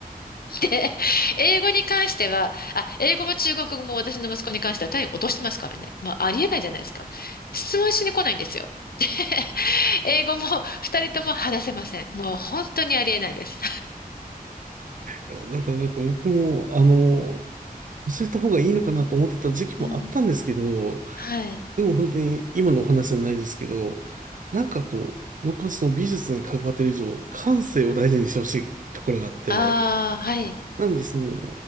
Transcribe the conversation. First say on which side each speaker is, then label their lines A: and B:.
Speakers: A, on the left (about 75°); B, on the right (about 60°).
A: で、英語に関しては、あ、英語も中国語も私の息子に関しては単位落としてますからね。まあ、ありえないじゃないですか。質問しに来ないんですよ。で、<laughs> 英語も二人とも話せません。もう本当にありえないです。
B: だからなんか僕も、あの、教えた方がいいのかなと思ってた時期もあったんですけど、
A: うん。はい。
B: でも本当に今のお話じゃないですけど、なんかこう、僕はその美術に関わってる以上、感性を大事にしてほしいところがあって、
A: ああ、はい。
B: なんでその、